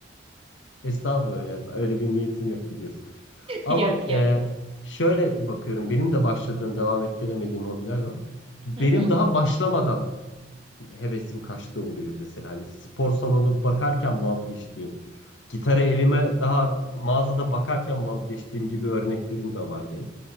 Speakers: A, on the left; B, on the right.
A: Estağfurullah yani öyle bir niyetim yok biliyorsun. Ama
B: biliyorum biliyorum.
A: e, şöyle bakıyorum benim de başladığım devam ettiremediğim hobiler var. Benim
B: Hı hı,
A: daha başlamadan hevesim kaçtığı oluyor mesela. Hani spor salonu bakarken vazgeçtiğim, gitarı elime daha mağazada bakarken vazgeçtiğim gibi örneklerim de var benim.